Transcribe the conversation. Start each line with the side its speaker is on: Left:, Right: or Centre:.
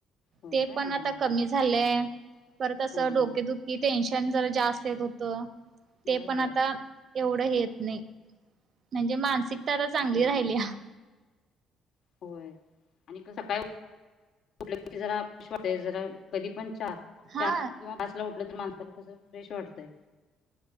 Left: होय
Right: ते
Left: काय
Right: पण
Left: हा
Right: आता कमी
Left: हा
Right: झालंय, परत असं
Left: हा
Right: डोकं
Left: हा
Right: टेन्शन जरा जास्त येत होतं, ते
Left: होय
Right: पण
Left: होय
Right: आता एवढं हे येत नाही. म्हणजे मानसिकता आता चांगली
Left: होय
Right: राहिलीया.
Left: होय आणि कसं काय? कुठ जरा जरा कधी पण चहा
Right: हा
Left: चार किंवा पाच ला उठलं तर माणसाला कस फ्रेश वाटतय.